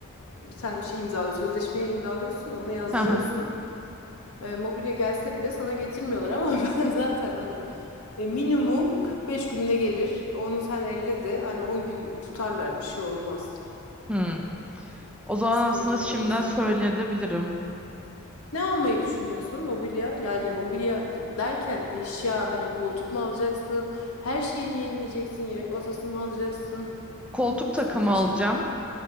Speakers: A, on the left (about 80°); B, in the centre.
A: bir tane bir şey imzalıyor. Sözleşmeye imzalıyorsun ya ona yazdırıyorsun.
B: Hı hı.
A: E, mobilya gelse bile sana getirmiyorlar ama <laughs> ben zaten hani e, minimum 45 günde gelir. Onu sen 50 de hani 10 gün tutarlar bir şey olmaz.
B: Hmm. O zaman
A: Sıkıntı
B: aslında şimdiden
A: olmaz.
B: söyleyebilirim.
A: Ne almayı düşünüyorsun? Mobilya. Yani mobilya d- derken eşya hani koltuk mu alacaksın? Her şeyi mi yenileyeceksin? Yemek masası mı alacaksın?
B: Koltuk takımı
A: Bir sürü çeşit.
B: alacağım.